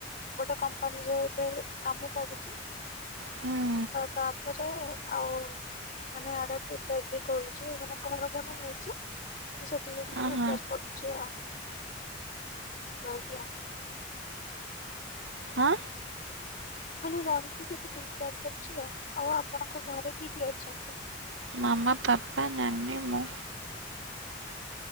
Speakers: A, on the left; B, on the right.
A: ଗୋଟେ କମ୍ପାନୀରେ ଏବେ କାମ କରୁଛି। ତ
B: ହୁଁ
A: ତାପରେ ଏ ଆଉ ମାନେ ଆଡେ ପ୍ରିପେଆର ବି କରୁଛି ମାନେ ଘର ଫର ନେଇଛି। ତ ସେଥିପାଇଙ୍କି
B: ଓହୋ
A: ପ୍ରିପେଆର କରୁଚି ରହିକି ଆଉ।
B: ହଁ
A: ଖାଲି ରହିକି ସେଠୀ ପ୍ରିପେଆରକରୁଚି ଆଉ। ଆଉ ଆପଣଙ୍କ ଘରେ କିଏ କିଏ ଅଛନ୍ତି?
B: ମାମ ପାପା ନାନି ମୁଁ।